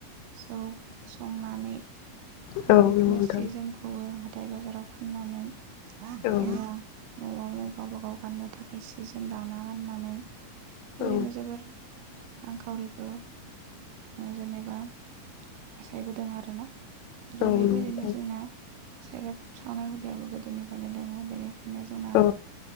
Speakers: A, on the right; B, on the left.
A: जौ संनानै दा
B: औ नंगौ
A: बिदिनो
B: नोंथां
A: सि जोमखौबो हाथाय बाजाराव फाननानै
B: औ
A: एबा न'आवनो गावब गाव गाननो थाखाय सि जोम दाना गाननानै बेबायदिनो
B: औ
A: जोबोर रांखावरिखौ जेनेबा फसायबोदों आरोना ‌। आरो
B: औ
A: बेबायदिनो
B: नोंथां
A: जोंना सेरेब सावनाय हुदायाबो गोदोनिफ्रायनो दोङो बेनि खायनो जोंना
B: औ